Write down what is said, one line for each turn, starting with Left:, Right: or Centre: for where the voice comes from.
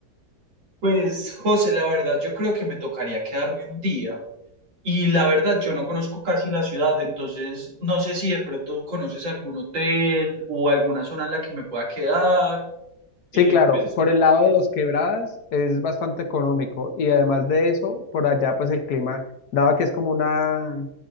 Right: Pues José, la verdad, yo creo que me tocaría quedarme un día. Y la verdad, yo no conozco casi la ciudad, entonces no sé si de pronto conoces algún hotel o alguna zona en la que me pueda quedar.
Left: Sí,
Right: Eh,
Left: claro,
Right: pues,
Left: por el lado de Dos Quebradas es bastante económico y además de eso, por allá pues el clima, dado que es como una,